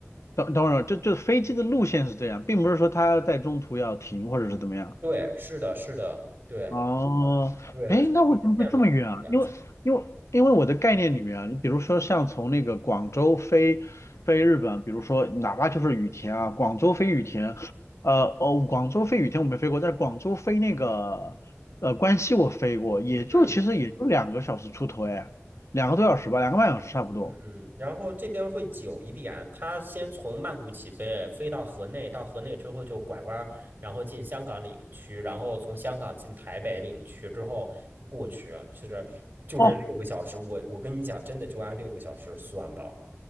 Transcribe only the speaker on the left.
等等会儿，这这飞机的路线是这样，并不是说它在中途要停或者是怎么样。
哦，
哎，
那为什么会这么远啊？因为因为因为我的概念里面啊，你比如说像从那个广州飞飞日本，比如说哪怕就是羽田啊，广州飞羽田，
呃哦，广州飞羽田我没飞过，但是广州飞那个呃关西我飞过，也就其实也就两个小时出头哎，
两个多小时吧，两个半小时差不多。
哦，